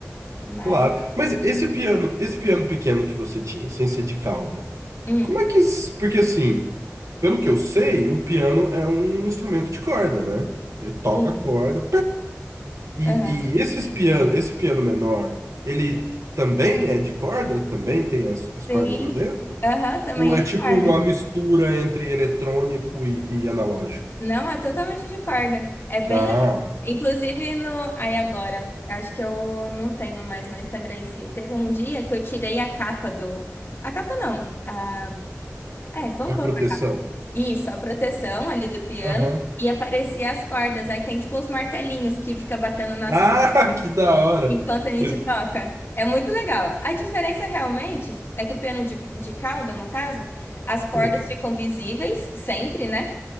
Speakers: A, on the left; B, on the right.
A: Mas.
B: Claro. Mas esse piano, esse piano pequeno que você tinha, sem ser de cauda,
A: Hum,
B: como é que. s- Porque assim, pelo que eu sei, o piano é um instrumento de corda, né? Ele toca
A: sim.
B: a corda. E,
A: Aham.
B: e esses piano, esse piano menor, ele também é de corda? Também tem as, as
A: Sim.
B: cordas lá dentro?
A: Aham, também
B: Ou
A: é
B: é
A: de
B: tipo
A: corda.
B: uma mistura entre eletrônico e, e analógico?
A: Não, é totalmente de corda. É bem
B: Ah,
A: legal. Inclusive no. Aí agora. Acho que eu não tenho mais no Instagram em si. Teve um dia que eu tirei a capa do. A capa não. A... É, vamos
B: a
A: colocar.
B: proteção.
A: Isso, a proteção ali do piano.
B: Aham.
A: E aparecia as cordas. Aí tem tipo uns martelinhos que fica batendo nas
B: Ah, <laughs> que da hora!
A: Enquanto a gente
B: Eu-
A: toca. É muito legal. A diferença realmente é que o piano de, de cauda, no caso, as cordas
B: hum,
A: ficam visíveis sempre, né?